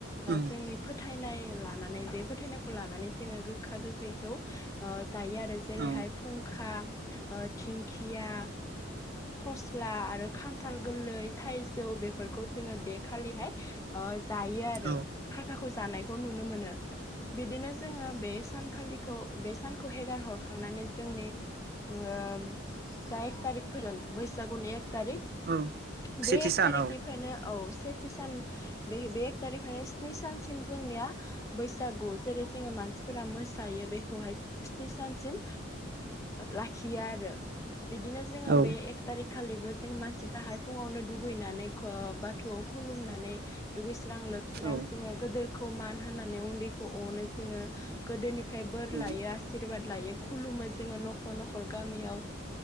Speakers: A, on the right; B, on the left.
A: औ
B: जोंनि फोथायनाय लानानै बे फोथायनायखौ लानानै जोङो गोखा गोखा गोखैखौ जायो आरो जेरैहाय
A: औ
B: फुंखा थिंखिया फस्ला आरो खान्थाल गोरलै थाइजौ बेफोरखौ जोङो बे खालिहाय जायो आरो
A: औ
B: थाखाखौ जानायखौ नुनो मोनो बिदिनो जोङो बे सान आखालिखौ बे सानखौ हेगार हरखांनानै जोंनि ज तारिख फै बैसागुनि ए तारिख
A: औ
B: बे
A: सेथि
B: एक
A: सान
B: तारिखनि
A: औ
B: ओमफ्रायनो औ सेथि सान बे बे एक थारिखनो स्नि सानसिम जोंनिया बैसागु जेरै जोङो मानसिफोरा मो जायो बेखौहाय सनि सानसिम लाखियो आरो बिदिनो जोङो
A: औ
B: बे एक थारिख खालिबो जोङो मानसिफ्रा हायफुङावनो दुगैनानै बा गोथौआव खुलुमनानै दुगैस्रां लोबस्रां
A: औ
B: जोङो गोदोर मान होनानै उन्दैखौनो जोङो गोदोनिफ्राय बोर
A: औ
B: ल आसिरबाद लायो खुलुमो जोङो न'खर न'खर गामियाव